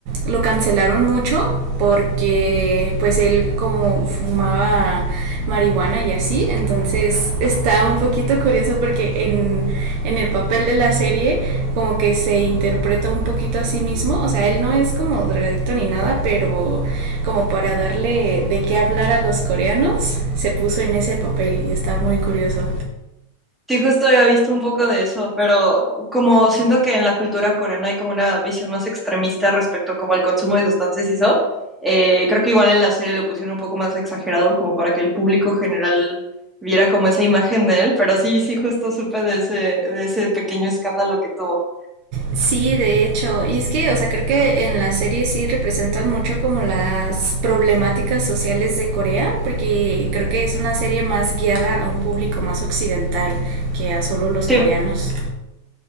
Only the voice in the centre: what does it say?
Sí, justo había visto un poco de eso, pero como siento que en la cultura coreana hay como una visión más extremista respecto como al consumo de sustancias y eso, eh, creo que igual en la serie lo pusieron un poco más exagerado como para que el público general viera como esa imagen de él, pero sí, sí, justo supe de ese, de ese pequeño escándalo que tuvo.
Sí,